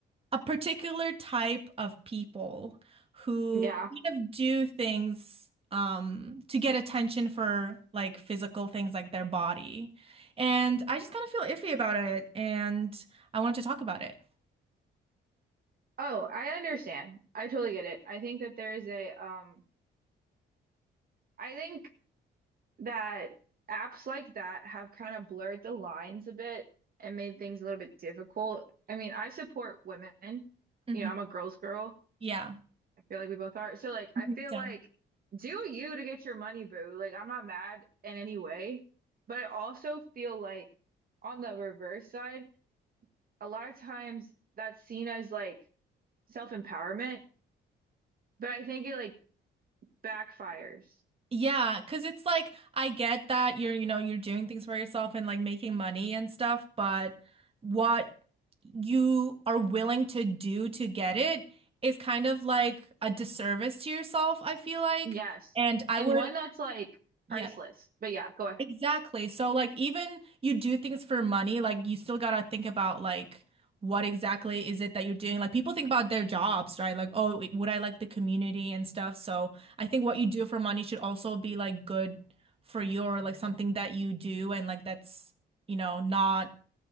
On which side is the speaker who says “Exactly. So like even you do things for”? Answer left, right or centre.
Right